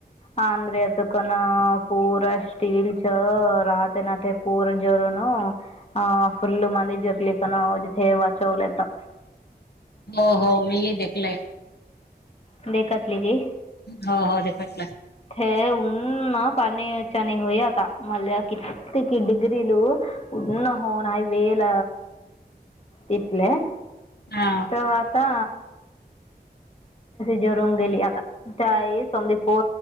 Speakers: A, on the left; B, on the left.
A: अंद्रे अ तकन पूरा स्टीलल च राहते नाहते पूरा जवरन <inaudible> अ फुल्ल मंद जरली कानजथ वाचवलेत <unintelligible>
B: हो हो मीही पहिले
A: पहिले ना
B: हो -हो पहिले
A: हेऊन पणीयच आणि होय आता मला कि क डग्रीू उन होन वेल तथले
B: हा
A: तर आता ून गेली आता स पो